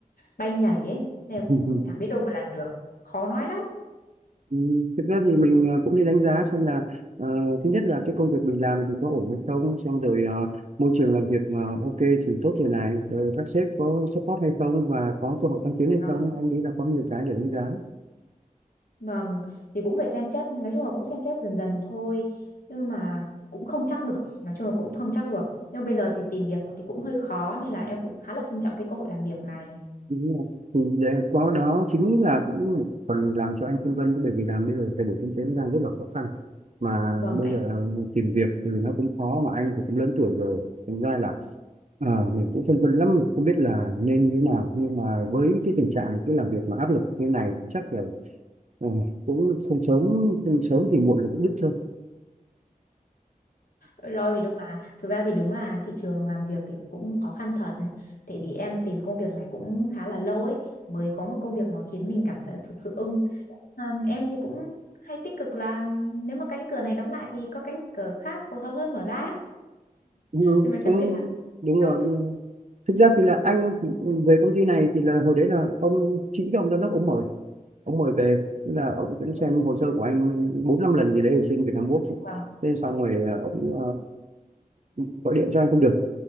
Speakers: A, on the left; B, on the right.
A: bay nhảy ấy nên
B: <laughs>
A: là cũng chẳng biết đâu mà làm được khó nói lắm
B: Ừ, Thực ra thì mình ờ, cũng đi đánh giá xem là ờ, thứ nhất là cái công việc mình làm thì có ổn hay không, xong rồi ờ, môi trường làm việc ờ, ok thì tốt rồi này, rồi các sếp có support hay không và có cơ hội tăng tiến hay
A: Ờ,
B: không, em nghĩ là có nhiều cái để đánh giá.
A: vâng thì cũng phải xem xét nói chung là cũng xem xét dần dần thôi nhưng mà cũng không chắc được nói chung là cũng không chắc được nhưng bây giờ thì tìm việc thì cũng hơi khó nên là em cũng khá là trân trọng cái cơ hội làm việc này
B: Đúng rồi. Thì vậy có đó chính là cũng một phần làm cho anh phân vân đấy, bởi vì làm bây giờ thay đổi kinh tế nó đang rất là khó khăn mà
A: vâng
B: bây
A: anh
B: giờ tìm việc thì nó cũng khó mà anh thì cũng lớn tuổi rồi thành ra là ờ, mình cũng phân vân lắm không biết là nên như thế nào nhưng mà với cái tình trạng cái làm việc mà áp lực như này thì chắc là ờ, cũng không sớm không sớm thì muộn là cũng đứt thôi
A: lo gì đâu mà thực ra thì đúng là thị trường làm việc thì cũng khó khăn thật tại vì em tìm công việc này cũng khá là lâu ấy mới có một công việc mà khiến mình cảm thấy thực sự ưng à, em thì cũng hay tích cực là nếu mà cánh cửa này đóng lại thì có cánh cửa khác phù hợp hơn mở ra
B: ừ,
A: nhưng mà
B: cũng
A: chẳng biết là
B: đúng
A: đâu
B: rồi đúng rồi. thực ra thì là anh thì về công ty này thì là hồi đấy là ông chính cái ông giám đốc ông mở ông mời về tức là ông cũng xem
A: Ừ,
B: hồ sơ của anh bốn năm lần gì đấy ở trên Việt Nam Works ấy.
A: vâng
B: Thế xong rồi ờ, ông ờ, gọi điện cho anh không được